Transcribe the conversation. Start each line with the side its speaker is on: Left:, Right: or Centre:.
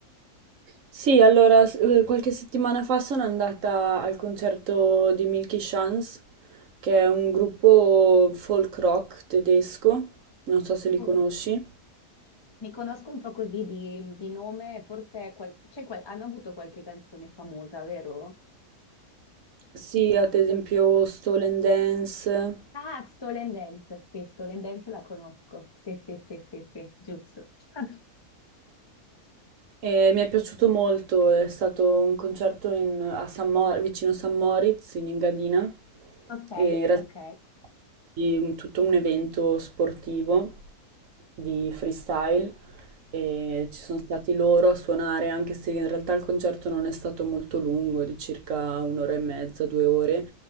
Right: Sì, allora s- eh, qualche settimana fa sono andata al concerto di Milky Chance, che è un gruppo folk rock tedesco, non so se li
Left: Mm.
Right: conosci.
Left: Mi conosco un po' così di, di nome, forse qual- c'è qual- hanno avuto qualche canzone famosa, vero?
Right: Sì, ad esempio Stolen Dance,
Left: Ah, Stolen Dance, sì, Stolen Dance la conosco. Sì, sì, sì, sì, sì, giusto. <laughs>
Right: E mi è piaciuto molto, è stato un concerto in- a San Mo- vicino San Moritz, in Engadina,
Left: Ok,
Right: e in realtà
Left: ok,
Right: di tutto un evento sportivo di freestyle e ci sono stati loro a suonare, anche se in realtà il concerto non è stato molto lungo, di circa un'ora e mezza, due ore,